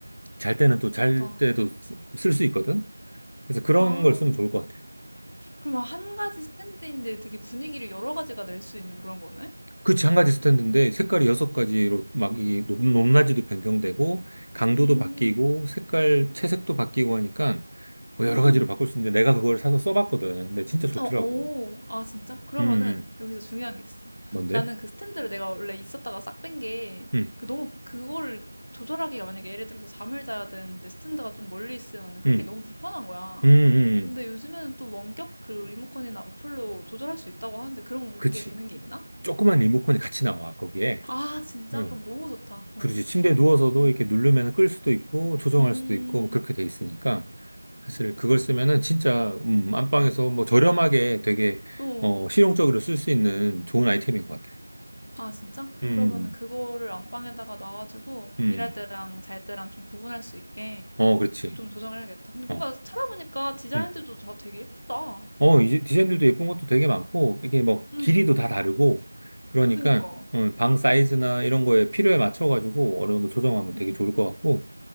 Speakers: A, on the right (about 65°); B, on the left (about 35°).
A: 잘 때는 또 잘
B: 좋다.
A: 때도 쓸 수 있거든. 그래서 그런
B: 아,
A: 걸 쓰면 좋을 것 같아.
B: 그럼 한 가지 스탠드인데 되게 분위기를 여러 가지가 낼 수 있는 그런 거네?
A: 그치, 한 가지 스탠드인데 색깔이 여섯 가지로
B: 응.
A: 막 이 높낮이도 변경되고 강도도
B: 음,
A: 바뀌고 색깔 채색도 바뀌고 하니까 뭐 여러
B: 음.
A: 가지로 바꿀 수 있는데 내가 그걸 사서 써봤거든. 근데 진짜 좋더라고.
B: 어, 오. 아, 진짜? 그러면은
A: 음, 음.
B: 여기서 중요한 게 있어.
A: 뭔데?
B: 나는 그 스탠드를 내가 원래 있었다가 싹 뺀 게,
A: 음,
B: 그 너무 그거를 조절하기가 만약에 예를 들어서 잠을 자야 되는데 스탠드가 좀 멀리 있으면은 기
A: 음,
B: 너무 불편한 거야.
A: 음, 음.
B: 근데
A: 음.
B: 요즘에는 또 원격 그 리모컨이나 어플로 조절할 수 있다고 하는데 그런
A: 그치.
B: 게 되는 게 있나?
A: 조그만 리모컨이 같이 나와 거기에.
B: 아, 진짜?
A: 음.
B: 그럼 너무 좋다. 어,
A: 그렇지. 침대에 누워서도
B: 어.
A: 이렇게 누르면 끌 수도 있고 조정할
B: 음,
A: 수도 있고 그렇게 돼 있으니까 사실 그걸 쓰면은 진짜 음, 안방에서 뭐 저렴하게 되게
B: 어.
A: 어, 실용적으로 쓸 수 있는 좋은 아이템인 것 같아.
B: 아, 진짜?
A: 음,
B: 그러면은 그거를 안방에다가 놔가지고
A: 음.
B: 일할 때랑 잘 때랑 좀 구분할 수 있게
A: 어, 그렇지.
B: 이거 좀 조정해야겠다. 근데 뭔가
A: 어,
B: 찾아보니까 디자인들도
A: 음.
B: 다 되게 예쁘다.
A: 어, 이제 디자인들도 예쁜 것도 되게 많고, 이게 뭐
B: 음,
A: 길이도 다 다르고, 그러니까
B: 그니까.
A: 어, 방 사이즈나 이런 거에 필요에 맞춰가지고 어느 정도 조정하면 되게
B: 음,
A: 좋을 것 같고,